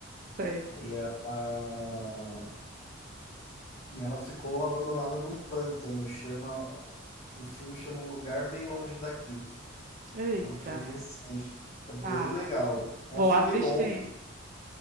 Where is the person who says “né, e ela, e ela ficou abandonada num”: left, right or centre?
Left